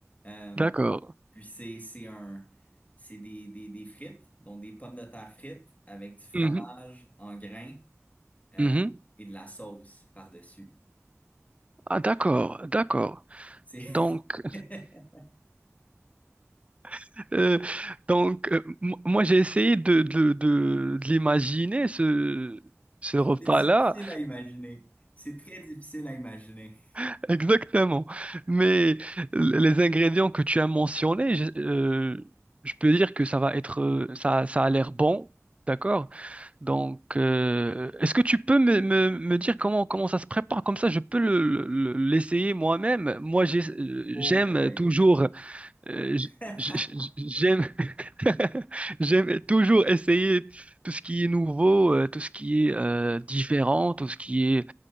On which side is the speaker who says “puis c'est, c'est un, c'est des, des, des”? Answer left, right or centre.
Left